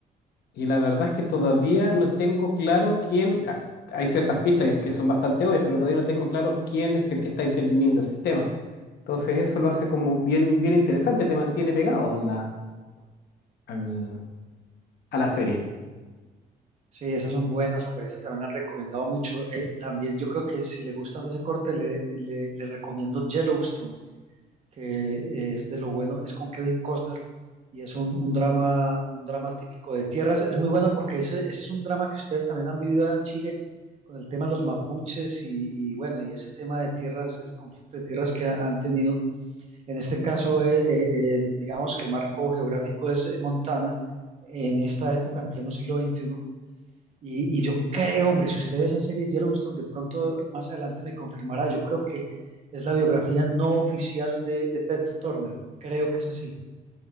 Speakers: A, on the left (about 75°); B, on the right (about 40°).
A: Y la verdad es que todavía no tengo claro quién, o sea, hay ciertas pistas que son bastante obvias, pero todavía no tengo claro quién es el que está interviniendo el sistema. Entonces eso lo hace como bien, bien interesante, te mantiene pegado a la, al- a la serie.
B: Sí, esas son buenas, hombre, esas también la han recomendado mucho. Eh, también yo creo que si le gustan de ese corte, le, le- le recomiendo Yellowstone, que es de lo bueno, es con Kevin Costner y es un, un drama, un drama típico de tierras. Es muy bueno porque ese, ese es un drama que ustedes también han vivido allá en Chile con el tema de los mapuches y, y bueno, y ese tema de tierras, ese conflicto de tierras que han tenido. En este caso, eh, eh, el- digamos que el marco geográfico es eh, Montana en esta época, en pleno siglo XXI. Y, y yo creo, hombre, si usted ve esa serie Yellowstone, de pronto más adelante me confirmará, yo creo que es la biografía no oficial de, de Ted Turner, creo que es así,